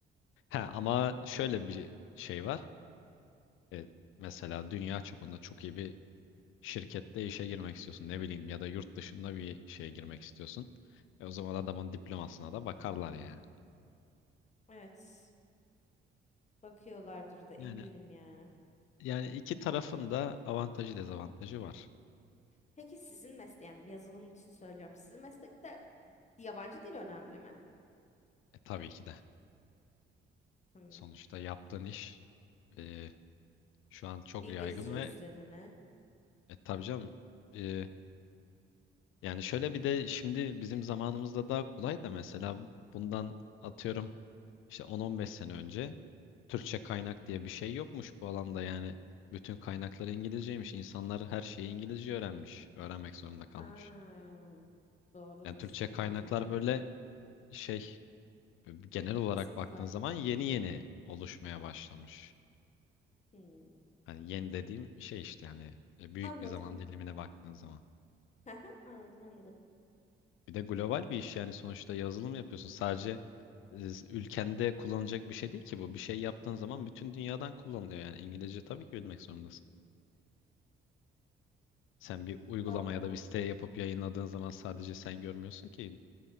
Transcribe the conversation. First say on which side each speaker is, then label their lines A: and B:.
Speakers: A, on the left (about 90°); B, on the left (about 35°).
A: Ha, ama
B: Hmm,
A: şöyle bir şey var. E, mesela dünya çapında çok iyi bir şirkette işe girmek istiyorsun ne bileyim ya da yurt dışında bir şeye girmek istiyorsun. E o zaman adamın diplomasına da bakarlar ya.
B: Evet. Bakıyorlardır da eminim
A: Yani
B: yani.
A: yani iki tarafın da avantajı dezavantajı var.
B: Peki sizin meslek, yani yazılım için söylüyorum. Sizin meslekte yabancı dil önemli mi?
A: E tabii ki de.
B: Hmm.
A: Sonuçta yaptığın iş e, şu an çok
B: İngilizce
A: yaygın ve
B: üstlerine.
A: e, tabii canım e, yani şöyle bir de şimdi bizim zamanımızda daha kolay da mesela bundan atıyorum işte 10-15 sene önce Türkçe kaynak diye bir şey yokmuş bu alanda yani. Bütün kaynaklar İngilizceymiş. İnsanlar her şeyi İngilizce öğrenmiş. Öğrenmek zorunda
B: Ha.
A: kalmış.
B: Doğrudur.
A: Yani Türkçe
B: Bir
A: kaynaklar
B: bilgim yok.
A: böyle şey genel olarak
B: Kısıtlı.
A: baktığın zaman yeni yeni oluşmaya başlamış.
B: Hmm.
A: Hani yeni dediğim şey işte yani e, büyük
B: Anladım.
A: bir zaman dilimine baktığın zaman.
B: <laughs> Haha, Anladım, anladım.
A: Bir de global bir iş yani sonuçta yazılım yapıyorsun. Sadece e, ülkende kullanılacak bir şey değil ki bu. Bir şey yaptığın zaman bütün dünyadan kullanılıyor. Yani İngilizce tabii ki bilmek zorundasın. Sen bir uygulama
B: Anladım.
A: ya da bir site yapıp yayınladığın zaman sadece sen görmüyorsun ki